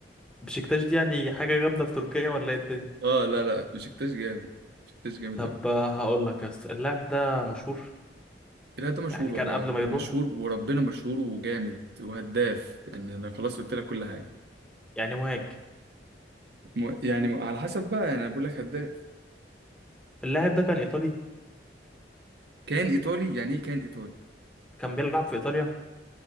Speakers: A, in the centre; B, on the right.
A: بشكتاش دي يعني حاجة جامدة في تركيا ولا ايه الدنيا
B: اه لا لا بشكتاش جامد بشكتاش جامد
A: طب
B: قوي
A: آه، هقول لك يس اللاعب ده مشهور
B: لا ده مشهور
A: يعني كان
B: والله
A: قبل ما يروح
B: مشهور وربنا مشهور وجامد وهداف يعني انا خلاص قلت لك كل حاجه
A: يعني مهاجم
B: م- يعني على حسب بقى يعني انا بقول لك هداف
A: اللاعب ده كان ايطالي
B: كان ايطالي يعني ايه كان ايطالي
A: كان بيلعب في ايطاليا